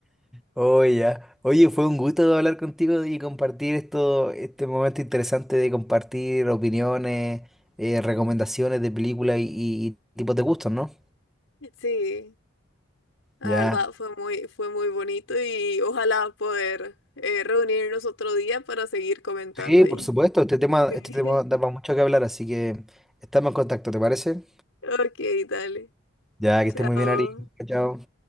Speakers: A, in the centre; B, on the left (about 80°).
A: Oh, ya. Oye, fue un gusto hablar contigo y compartir esto, este momento interesante de compartir opiniones, eh, recomendaciones de películas y, y- y tipos de gustos, ¿no?
B: Sí, la
A: Ya.
B: verdad fue muy, fue muy bonito y ojalá poder eh, reunirnos otro día para seguir comentando
A: Sí,
B: ahí.
A: por supuesto. Este tema,
B: Sí.
A: este tema da para mucho que hablar, así que estamos en contacto, ¿te parece?
B: <laughs> Ok, dale.
A: Ya, que
B: Chao.
A: estés muy bien, Ari. Chao.